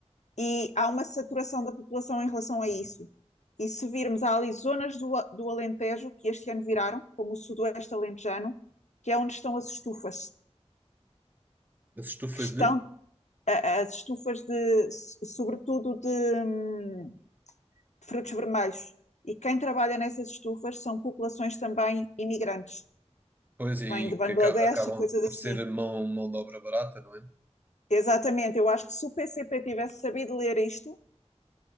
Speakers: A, on the left; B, on the right.
A: E há uma saturação da população em relação a isso. E se virmos, há ali zonas do, do Alentejo que este ano viraram, como o Sudoeste Alentejano, que é onde estão as estufas,
B: as estufas
A: que estão
B: de.
A: as estufas de, sobretudo de, de frutos vermelhos. E quem trabalha nessas estufas são populações também imigrantes,
B: Pois,
A: que
B: e
A: vêm de Bangladesh
B: que aca- acabam
A: e coisas
B: por
A: assim.
B: ser a mão, mão de obra barata, não é?
A: Exatamente, eu acho que se o PCP tivesse sabido ler isto,